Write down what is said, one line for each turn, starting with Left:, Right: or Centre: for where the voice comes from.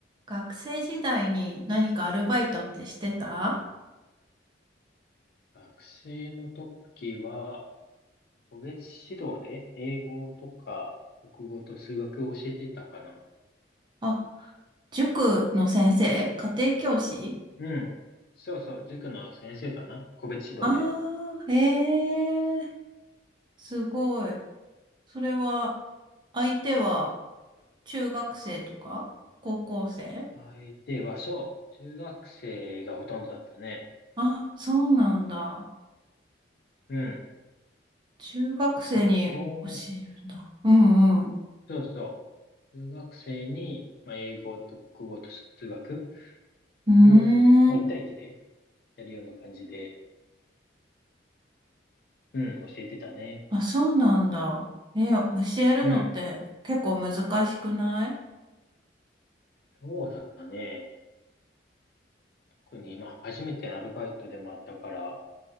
Right: 学生時代に何かアルバイトってしてた
Left: 学生の時は、個別指導で英語とか国語と数学を教えていたかな。
Right: あ、塾の先生家庭教師
Left: うん。そうそう、塾の先生かな。個別指導で。
Right: ああー、へえ、すごい。それは、相手は中学生とか高校生
Left: 相手は、そう、中学生がほとんどだったね。
Right: あ、そうなんだ。
Left: うん。
Right: 中学生に教えるんだ。
Left: まあ、基本、
Right: うんうん。
Left: そうそう、中学生に、まあ、英語と国語と数学
Right: うー
Left: を、まあ、
Right: ん。
Left: 1対一でやるような感じで、うん、教えてたね。
Right: あ、そうなんだ。え、教えるのって結構難しくない
Left: うん。そうだね。特に、まあ、初めてのアルバイトでもあったから、